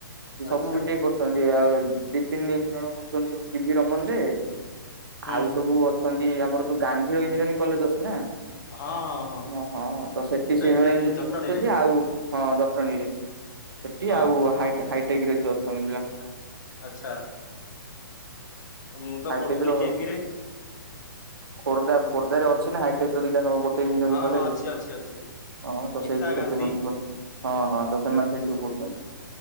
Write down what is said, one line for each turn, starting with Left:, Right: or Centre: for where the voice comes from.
Left: ଆଚ୍ଛା
Right: ସବୁ ବିଟିକେ କରୁଛନ୍ତି ଆଉ ଦି ତିନି ଜଣ କରୁଛନ୍ତି ଶିବି ରମନରେ
Left: ହୁଁ
Right: ଆଉ ସବୁ ଅଛନ୍ତି ଆମର ଯଉ ଗାନ୍ଧୀର ଇଞ୍ଜିନିୟରିଂ କଲେଜ ଅଛି ନା।
Left: ହଁ ହଁ ହଁ।
Right: ହଁ ହଁ ହଁ ତ ସେଠି
Left: ଯାଇକି
Right: ସେଇମାନେ ଇଞ୍ଜିନିୟରିଂ
Left: ଜଟଣୀରେ
Right: କରୁଛନ୍ତି ଆଉ ହଁ ଜଟଣୀରେ। ସେଠି
Left: ହଁ
Right: ଆଉ ହାଇଟେକ ରେ ଅଛନ୍ତି ପିଲା।
Left: ଆ ଆଚ୍ଛା। ମୁଁ ତ
Right: ହାଇଟେକ
Left: ପଢୁଥିଲି
Right: ର
Left: କେଭି ରେ
Right: ଖୋର୍ଦ୍ଧା ଖୋର୍ଦ୍ଧାରେ ଅଛି ନା ହାଇଟେକ ର ଦିଟା ଗୋ <unintelligible>
Left: ହଁ
Right: କଲେଜ
Left: ହଁ ଅଛି ଅଛି ଅଛି
Right: ହଁ ତ
Left: ଗୀତା
Right: ସେଇଠି
Left: ଗାନ୍ଧୀ
Right: <unintelligible> ହଁ ହଁ ତ ସେମାନେ ସେଇଠ ସବୁ ପଢୁଛନ୍ତି।